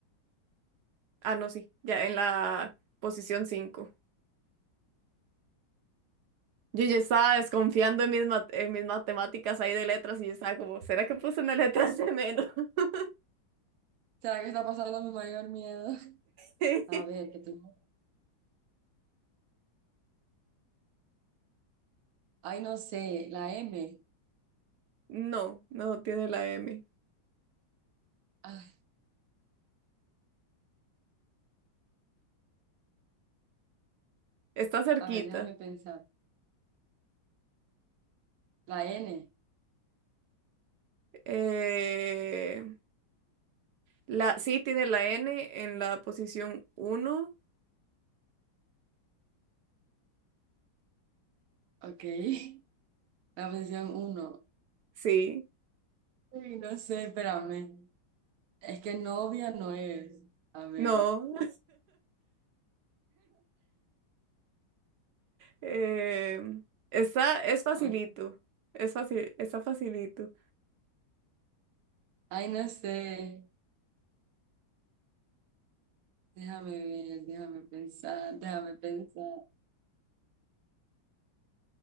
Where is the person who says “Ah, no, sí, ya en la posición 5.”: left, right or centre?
Right